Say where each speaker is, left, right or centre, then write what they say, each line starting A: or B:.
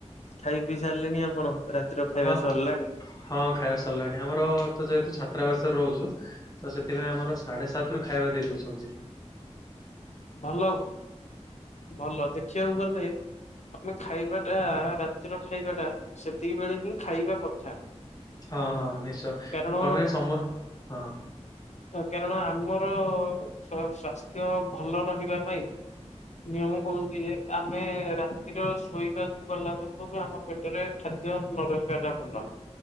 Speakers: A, on the left; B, on the left.
A: ଖାଇ ପିଇ ସାରିଲେଣିି ଆପଣ? ରାତିର ଖାଇବା
B: ହଁ
A: ସରିଲାଣି?
B: ହଁ ଖାଇବା ସରିଲାଣି ଆମର ତ ଯେହେତୁ ଛାତ୍ରାବାସରେ ରହୁଚୁ ତ ସେଥିପାଇଁ ଆମର ସାଢେ ସାତ ରୁ ଖାଇବା ଦେଇ ଦଉଛନ୍ତି।
A: ଭଲ ଭଲ ଦେଖିବାକୁ ଗଲେ। ଆମେ ଖାଇବାଟା ରାତିର ଖାଇବା ଟା ସେତିକି ବେଳେ ହିଁ ଖାଇବା କଥା।
B: ହଁ ହଁ ନିଶ୍ଚୟ
A: କାରଣ
B: କଣ ପାଇଁ ନା ସମୟ ହଁ।
A: କାରଣ ଆମର ସ୍ବାସ୍ଥ୍ୟ ଭଲ ରହିବା ପାଇଁ ନିୟମ କହୁଚି ଯେ ଆମେ ରାତିର ଶୋଇବାକୁ ଗଲା ପୂର୍ବରୁ ଆମ ପେଟରେ ଖାଦ୍ ଖାଦ୍ୟ ନ ରହିବାଟା ଭଲ।